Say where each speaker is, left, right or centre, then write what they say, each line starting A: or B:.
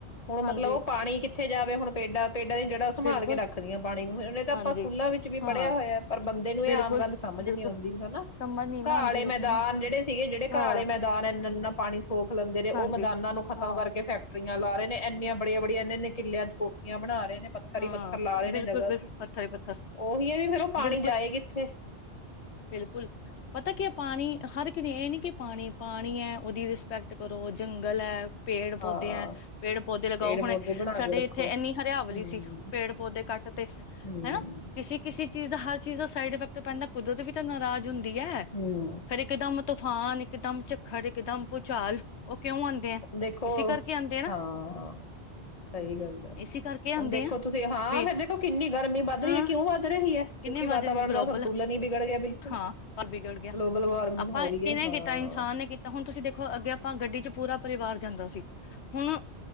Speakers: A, on the left; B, on the left.
A: ਹੁਣ ਮਤਲਬ
B: ਹਾਂਜੀ
A: ਉਹ ਪਾਣੀ ਕਿੱਥੇ ਜਾਵੇ, ਹੁਣ ਪੇਡਾਂ ਪੇਡਾਂ ਦੀ ਜਿਹੜਾ ਸੰਭਾਲ
B: ਬਿਲਕੁਲ
A: ਕੇ ਰੱਖਦੀਆਂ ਪਾਣੀ। ਹੁਨੇ ਏ ਤਾਂ
B: ਹਾਂਜੀ
A: ਆਪਾਂ ਸਕੂਲਾਂ ਵਿੱਚ ਵੀ
B: ਹਾਂ
A: ਪੜ੍ਹਿਆ ਹੋਇਆ, ਪਰ ਬੰਦੇ ਨੂੰ ਇਹ
B: ਬਿਲਕੁਲ
A: ਆਮ ਗੱਲ ਸਮਝ
B: ਬਿਲਕੁਲ
A: ਨੀ ਆਉਂਦੀ ਹੈਨਾ,
B: ਸਮਝ ਨੀ ਨਾ
A: ਘਾ
B: ਆਉਂਦੀ
A: ਆਲੇ
B: ਉਸਨੂੰ
A: ਮੈਦਾਨ ਜਿਹੜੇ ਸੀਗੇ ਜਿਹੜੇ ਘਾ
B: ਹਾਂ
A: ਆਲੇ ਮੈਦਾਨ ਇੰਨਾ ਇੰਨਾ ਪਾਣੀ ਸੋਖ ਲੈਂਦੇ ਨੇ, ਉਹ
B: ਹਾਂਜੀ
A: ਮੈਦਾਨਾਂ ਨੂੰ ਖਤਮ
B: ਹਾਂ
A: ਕਰਕੇ ਫੈਕਟਰੀਆਂ ਲਾ ਰਹੇ ਨੇ ਇੰਨੀਆਂ ਬੜੀਆਂ ਬੜੀਆਂ ਇਹਨਾਂ ਨੇ ਕਿੱਲਿਆਂ ਚ ਕੋਠੀਆਂ ਬਣਾ ਰ ਨੇ ਪੱਥਰ
B: ਹਾਂ
A: ਹੀ ਪੱਥਰ ਲਾ ਰਹੇ ਨੇ
B: ਬਿਲਕੁਲ
A: ਜਗ੍ਹਾ
B: ਬਿਲ
A: ਤੇ,
B: ਪੱਥਰ ਹੀ ਪੱਥਰ
A: ਉਹੀ ਹੈ ਵੀ ਫੇਿਰ ਉਹ ਪਾਣੀ
B: ਬਿਲਕੁਲ
A: ਜਾਏ ਕੀਥੇ।
B: ਬਿਲਕੁਲ ਪਤਾ ਕੀ ਹੈ ਪਾਣੀ ਹਰ ਇੱਕ ਨੇ ਨੀ ਕਿ ਪਾਣੀ ਪਾਣੀ ਹੈ ਉਹਦੀ ਰਿਸਪੈਕਟ ਕਰੋ ਜੰਗਲ ਹੈ ਪੇੜ
A: ਹਾਂ
B: ਪੌਦੇ ਐ ਪੇੜ ਪੌਦੇ ਲਗਾਓ,
A: ਪੇੜ
B: ਹੁਣ
A: ਪੌਦੇ ਬਣਾ
B: ਸਾਡੇ
A: ਕੇ ਰੱਖੋ
B: ਇੱਥੇ
A: ਹਮ
B: ਇੰਨੀ ਹਰਿਆਵਲੀ ਸੀ। ਪੇੜ ਪੌਦੇ ਕੱਟ ਤੇ,
A: ਹਮ
B: ਹੈਨਾ, ਕਿਸੀ ਕਿਸੀ ਚੀਜ਼ ਦਾ, ਹਰ ਚੀਜ਼ ਦਾ ਸਾਈਡ ਇਫੈਕਟ ਤੂੰ ਬੈਂਦਾ, ਕਦੋ ਵੀ ਤੁ ਨਰਾਜ ਹੁੰਦਾ। ਦੀਆ ਹੈ,
A: ਹਮ
B: ਫਿਰ ਇੱਕਦਮ। ਤੂਫਾਨ ਇਕਦਮ ਝੱਖੜ ਇਕਦਮ ਭੂਚਾਲ ਕਿਉਂ ਆਉਂਦੇ ਆ
A: ਹੁਣ ਦੇਖੋ,
B: ਇਸੀ ਕਰਕੇ ਆਉਂਦੇ ਆ ਨਾ
A: ਹਾਂ ਸਹੀ ਗੱਲ ਹੈ,
B: ਇਸੀ ਕਰਕੇ ਆਉਂਦੇ
A: ਹੁਣ ਦੇਖੋ
B: ਆ
A: ਤੁਸੀਂ ਹਾਂ
B: ਵੀ
A: ਫੇਰ ਦੇਖੋ ਕਿੰਨੀ ਗਰਮੀ ਵੱਧ ਰਹੀ
B: ਹਾਂ
A: ਐ ਕਿਉਂ ਵੱਧ ਰ ਕਿਉਂਕਿ
B: ਕਿੰਨੇ
A: ਵਾਤਾਵਰਨ
B: ਵੱਜ ਗਲੋਬਲ
A: ਦਾ ਸੰਤੁਲਨ ਹੀ ਬਗੜ ਗਿਆ। ਬਿਲਕੁਲ
B: ਹਾਂ, ਪਰ ਬੀਗੜ ਗਿਆ,
A: ਗਲੋਬਲ ਵਾਰਮਿੰਗ
B: ਆਪਾਂ
A: ਹੋ ਰਹੀ
B: ਕਿਹਨੇ
A: ਹੈ ਹਾਂ
B: ਕੀਤਾ, ਇਨਸਾਨ ਨੇ ਕੀਤਾ, ਹੁਣ ਤੁਸੀਂ ਦੇਖੋ ਅੱਗੇ ਆਪਾਂ ਗੱਡੀ ਚ ਪੂਰਾ ਪਰਿਵਾਰ ਜਾਂਦਾ ਸੀ ਹੁਣ